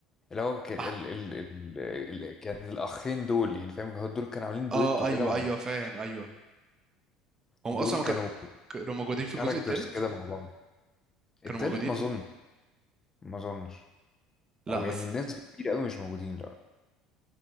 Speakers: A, on the left (about 25°); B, on the right (about 25°).
A: اللي هو ك... ال...
B: مح...
A: ال... ال... ال... كان الأخين دول يعني فاهم هو دول كانوا عاملين
B: اه
A: دويتو
B: ايوه
A: كده مع بعض
B: ايوه فاهم ايوه هم
A: دول
B: اصلا ما
A: كانوا
B: كانوا كانوا موجودين في الجزء
A: كاركترز
B: الثالث
A: كده مع بعض التالت
B: كانوا موجودين
A: ما
B: في
A: أظنش
B: الجزء
A: ما أظنش
B: لا
A: أو
B: بس
A: يعني بنسبة كبيرة أوي مش موجودين لا